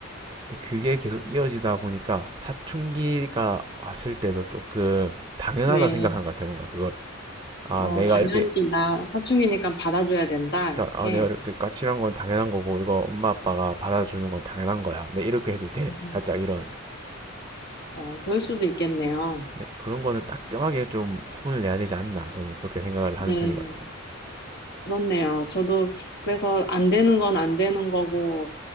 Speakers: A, on the right; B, on the left.
A: 근데 그게 계속 이어지다 보니까 사춘기가 왔을 때도 조금 당연하다
B: 네,
A: 생각한 것 같아요, 뭔가 그거를. 아,
B: 어,
A: 내가
B: 당연히
A: 이렇게
B: 나 사춘기니까 받아줘야 된다, 이렇게.
A: 그러니까 아 내가 이렇게 까칠한 건 당연한 거고 이거 엄마 아빠가 받아주는 건 당연한 거야. 내 이렇게 해도 돼.
B: 음,
A: 살짝 이런
B: 어, 그럴 수도 있겠네요.
A: 네, 그런 거는 따끔하게 좀 혼을 내야 되지 않나 저는 그렇게 생각을
B: 네,
A: 하는 편이거든요.
B: 그렇네요. 저도 그래서 안 되는 건 안 되는 거고,